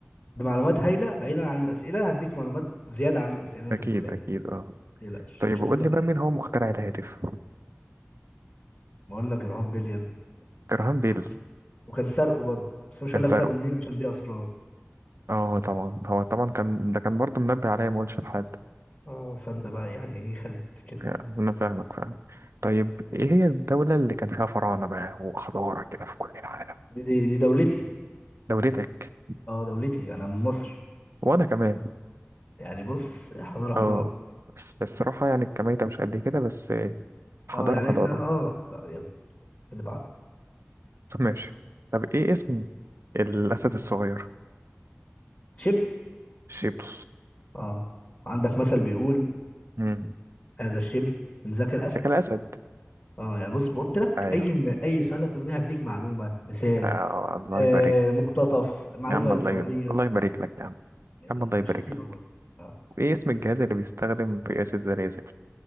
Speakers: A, on the left; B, on the right.
A: بمعلومات هايله بعيدا عن الاسئله هديك معلومات زياده عن الاسئله اللي انت
B: أكيد
A: بتقولها
B: أكيد أه
A: تقلقش
B: طيب
A: مش
B: قول
A: هسيبك
B: لي بقى مين هو مخترع الهاتف
A: ما اقول لك جراهام بيل يا ابني
B: جراهام بيل
A: وكان وكان سرقه برضه بس مش
B: كان
A: هقول لك
B: سرقه
A: سرقه مين عشان دي اسرار
B: اه طبعا هو طبعا كان ده كان برضه منبه عليا ما اقولش لحد
A: اه فانت بقى يعني ايه خلت كده
B: يعني انا فاهمك فاهم طيب ايه هي الدولة اللي كان فيها فراعنة بقى وحضارة كده في كل العالم
A: دي, دي, دي دولتي
B: دولتك
A: اه دولتي انا من مصر
B: وانا كمان
A: يعني بص حضاره حضاره
B: اه بس الصراحة يعني الكمية مش قد كده بس حضارة
A: اه يعني
B: حضارة
A: احنا اه لا يلا اللي بعده
B: طب ماشي طب ايه اسم الأسد الصغير
A: شبل
B: شبل
A: اه عندك مثل بيقول
B: مم.
A: هذا الشبل من ذاك الاسد
B: شكل أسد
A: اه يعني بص قلت لك
B: أيوه
A: اي اي سؤال هتقول لي هديك معلومه مثال
B: آه الله
A: آه
B: يبارك
A: مقتطف معلومه
B: يا عم الله
A: اسرائيليه
B: يبارك. الله يبارك لك يا عم يا
A: يعني
B: عم الله
A: مش
B: يبارك
A: هسيب
B: لك
A: اول اه
B: ايه اسم الجهاز اللي بيستخدم في قياس الزلازل